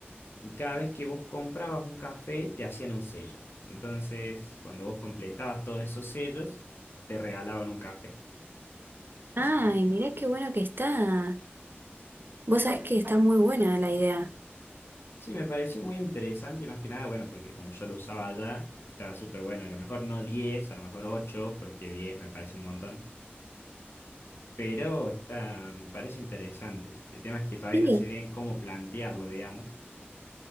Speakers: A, on the left (about 65°); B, on the right (about 55°).
A: Y cada vez que vos comprabas un café, te hacían un sello. Entonces, cuando vos completabas todos esos sellos, te regalaban un café. Es
B: Ay,
A: un-
B: mirá qué bueno que está. Vos sabés que está muy buena la idea.
A: Sí, me pareció muy interesante y más que nada, bueno, porque como yo lo usaba allá, estaba súper bueno. A lo mejor no diez a lo mejor ocho porque 10 me parece un montón. pero está, me parece interesante. El tema es que todavía
B: Sí,
A: no sé bien cómo plantearlo, digamos.